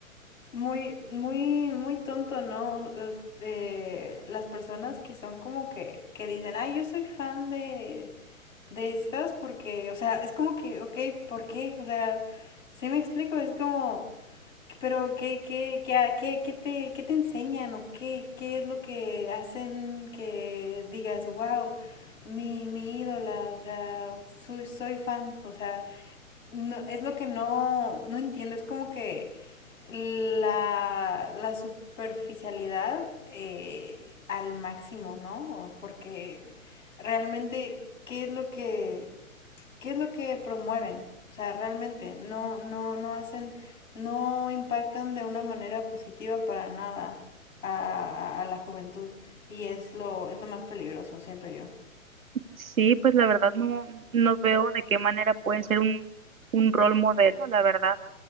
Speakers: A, on the left; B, on the right.
A: Muy, muy, muy tonto, ¿no? Es- eh, las personas que son como que, que dicen, ay, yo soy fan de, de estas porque, o sea, es como que, ok, ¿por qué? O sea, sí me explico, es como, pero ¿qué, qué, qué, a- qué, qué te, qué te enseñan o qué, qué es lo que hacen que digas, wow, mi, mi ídola, o sea, soy, soy fan, o sea, no, es lo que no, no entiendo, es como que la, la superficialidad eh, al máximo, ¿no? Porque realmente, ¿qué es lo que, qué es lo que promueven? O sea, realmente, no, no, no hacen, no impactan de una manera positiva para nada a, a la juventud. Y es lo, es lo más peligroso, siento yo.
B: Sí, pues la verdad no, no veo de qué manera pueden ser un, un rol modelo, la verdad.